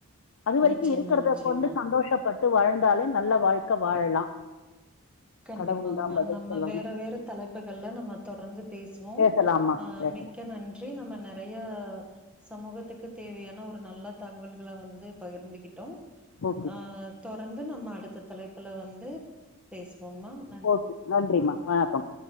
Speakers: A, on the left; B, in the centre.
A: அது வரைக்கும்
B: நிச்சயமா
A: இருக்குறத
B: நிச்சயமா
A: கொண்டு சந்தோஷப் பட்டு வாழ்ந்தாலே நல்ல வாழ்க்கை வாழலா
B: கண்டி
A: கடவுள்
B: ப்பாங்மா
A: தான் பதில்
B: நம்ம
A: சொல்லணும்
B: வேற வேற தலைப்புகள்ல நம்ம தொடர்ந்து பேசுவோ
A: பேசலாம்மா
B: ஆ மிக்க
A: பேசலாம்
B: மிக்க நன்றி நம்ம நெறைய சமூகத்துக்கு தேவையான ஒரு நல்ல தகவல்களை வந்து பகிர்ந்துகிட்டோ
A: ஓகே
B: அ ஆ தொரந்து நம்ம அடுத்த தலைப்புல வந்து அ பேசுவோங்மா
A: ஓகே நன்றிம்மா வணக்கம்